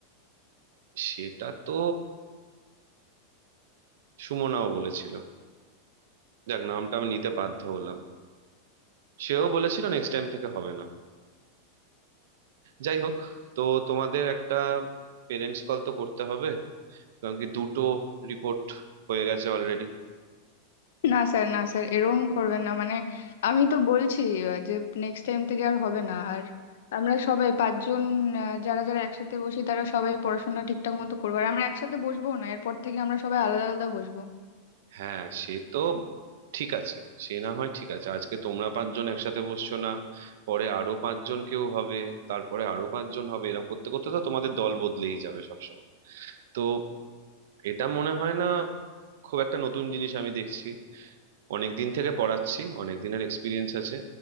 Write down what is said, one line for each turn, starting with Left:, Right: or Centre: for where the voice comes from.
Right: সেটা তো সুমনাও বলেছিল যাক নামটা আমি নিতে বাধ্য হলাম সেও বলেছিল নেক্সট টাইম থেকে হবে না যাই হোক তো তোমাদের একটা পেরেন্টস কল তো করতে হবে কারণ কি দুটো রিপোর্ট হয়ে গেছে অলরেডি
Left: না স্যার না স্যার এরকম করবেন না মানে আমি তো বলছি আহ, যে নেক্সট টাইম থেকে আর হবে না আর আমরা সবাই পাঁচজন আহ, যারা যারা একসাথে বসি তারা সবাই পড়াশোনা ঠিকঠাক মতো করবো আর আমরা একসাথে বসবো না এরপর থেকে আমরা সবাই আলাদা আলাদা বসবো
Right: হ্যাঁ সে তো ঠিক আছে সে না হয় ঠিক আছে আজকে তোমরা পাঁচজন একসাথে বসছো না পরে আরো পাঁচজন কেউ হবে তারপরে আরো পাঁচজন হবে এরকম করতে করতে তো তোমাদের দল বদলেই যাবে সবসময় তো এটা মনে হয় না খুব একটা নতুন জিনিস আমি দেখছি অনেক দিন থেকে পড়াচ্ছি অনেক দিনের এক্সপিরিয়েন্স আছে